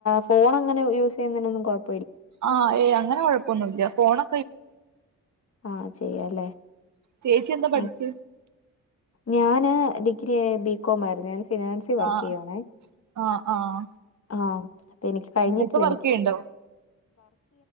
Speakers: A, on the left (about 40°); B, on the right (about 50°).
A: ഫോൺ അങ്ങനെ യൂസ് ചെയ്യുന്നതിനൊന്നും കുഴപ്പ
B: ആ ഏയ് അങ്ങനെ കൊഴപ്പൊന്നുല്ല ഫോണ്
A: ആ ചെയ്യല്ലേ
B: ചേച്ചി എന്താ പഠിച്ചേ
A: ആ ഞാൻ ന് ഡിഗ്രി ബികോം ആയിരുന്നു ഞാൻ ഫിനാൻസി വർക്ക്
B: ആഹ്
A: ചെയ്യണേ
B: ആഹ് ആഹ്
A: ആ എനിക്ക് കഴിഞ്ഞിട്ടില്ല
B: ഇപ്പൊ വർക്ക്
A: എനിക്ക്
B: ചെയ്യണ്ടോ